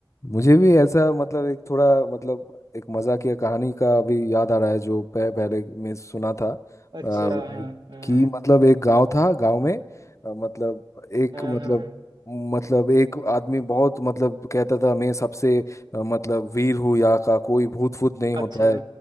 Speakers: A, on the left; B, on the right.
A: मुझे भी ऐसा मतलब एक थोड़ा मतलब एक मजाकिया कहानी का भी याद आ रहा है जो पह, पहले मैं सुना था आ,
B: अच्छा हाँ हाँ
A: कि मतलब एक गांव था गांव में अ, मतलब एक
B: हाँ
A: मतलब
B: हाँ
A: मतलब एक आदमी बहुत मतलब कहता था मैं सबसे अ, मतलब वीर हूँ यहाँ का कोई भूत फूत नहीं होता
B: अच्छा
A: है